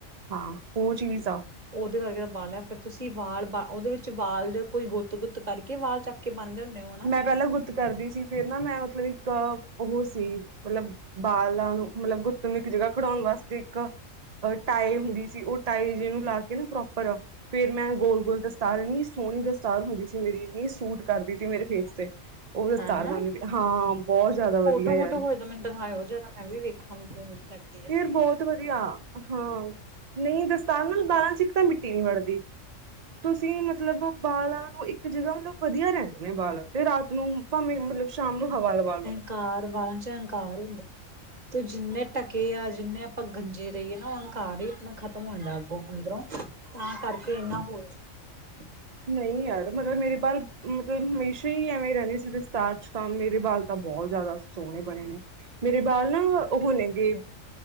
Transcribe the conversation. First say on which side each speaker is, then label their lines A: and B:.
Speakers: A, on the right; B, on the right.
A: ਹਾਂ ਓ ਚੀਜ਼ ਆ।
B: ਉਹਦੇ ਕਰਕੇ ਬਾਲਾ ਫਿਰ ਤੁਸੀਂ ਵਾਲ ਬ ਉਹਦੇ ਵਿੱਚ ਵਾਲ ਕੋਈ ਗੁੱਤ ਗੁੱਤ ਕਰਕੇ ਵਾਲ ਚੱਕ ਕੇ ਵਾਂਦੇ ਹੁੰਦੇ ਓ।
A: ਮੈਂ ਪਹਿਲਾਂ ਗੁੱਤ ਕਰਦੀ ਸੀ ਫੇਰ ਨਾ ਮੈਂ ਮਤਲਬ ਇੱਕ ਉਹ ਸੀ ਮਤਲਬ ਬਾਲਾਂ ਨੂੰ ਮਤਲਬ ਗੁੱਤ ਨੂੰ ਇੱਕ ਜਗ੍ਹਾ ਖੜੋਉਣ ਵਾਸਤੇ ਇੱਕ ਅ ਟਾਏ ਹੁੰਦੀ ਸੀ ਉਹ ਟਾਏ ਜਿਹਨੂੰ ਲਾ ਕੇ ਨਾ ਪ੍ਰੋਪਰ। ਫੇਰ ਮੈਂ ਗੋਲ ਗੋਲ ਦਸਤਾਰ ਇੰਨੀ ਸੋਹਣੀ ਦਸਤਾਰ ਹੁੰਦੀ ਸੀ ਮੇਰੀ ਇੰਨੀ ਸੂਟ ਕਰਦੀ। ਮੇਰੇ ਫੇਸ ਤੇ ਓ ਦਸਤਾਰ
B: ਹਾਂ-ਹਾਂ।
A: ਬਣ ਦੀ ਹਾਂ ਬਹੁਤ ਜ਼ਿਆਦਾ ਵਧੀਆ
B: ਫੋਟੋ-ਫੋਟੋ
A: ਯਾਰ।
B: ਹੋਏ ਮੈਨੂੰ ਦਿਖਾਇਓ ਜ਼ਰਾ। ਮੈਂ ਵੀ ਵੇਖਾਂ ਇਹੋ ਜਿਹਾ ਲਗਦਾ।
A: ਫਿਰ ਬਹੁਤ ਵਧੀਆ ਹਾਂ। ਨਹੀਂ ਦਸਤਾਰ ਮੈਨੂੰ ਦਾਰਾਂ ਚ' ਇੱਕ ਤਾਂ ਮਿੱਟੀ ਨਹੀਂ ਵੜਦੀ। ਤੁਸੀਂ ਮਤਲਬ ਬਾਲਾਂ ਨੂੰ ਇੱਕ ਜਗ੍ਹਾ ਮਤਲਬ ਵਧੀਆ ਰਹਿੰਦੇ ਨੇ ਬਾਲ। ਤੇ ਰਾਤ ਨੂੰ, ਭਾਵੇਂ ਮਤਲਬ ਸ਼ਾਮ ਨੂੰ ਹਵਾ ਲਵਾ ਲਓ।
B: ਹੰਕਾਰ ਵਾਲਾਂ ਚ' ਹੰਕਾਰ ਹੁੰਦਾ ਤੇ ਜਿੰਨੇ ਢਕੇ ਆ, ਜਿੰਨੇ ਆਪਾਂ ਕਜੇ ਰਹੀਏ ਨਾ ਉਹ ਅਹੰਕਾਰ ਹੀ ਆਪਣਾ ਖਤਮ ਹੋ ਜਾਂਦਾ ਅੱਗੋਂ ਅੰਦਰੋਂ, ਤਾਂ ਕਰਕੇ ਇੰਨਾ ਹੋ ਜਾ
A: ਨਹੀਂ ਯਾਰ ਮਤਲਬ ਮੇਰੇ ਬਾਲ ਮਤਲਬ ਹਮੇਸ਼ਾ ਹੀ ਐਵੇਂ ਰਹਿੰਦੇ ਸੀ ਦਸਤਾਰ ਚ' ਤਾਂ ਮੇਰੇ ਬਾਲ ਤਾਂ ਬਹੁਤ ਜ਼ਿਆਦਾ ਸੋਹਣੇ ਬਣੇ ਨੇ, ਮੇਰੇ ਬਾਲ ਨਾ ਉਹ ਨੇਗੇ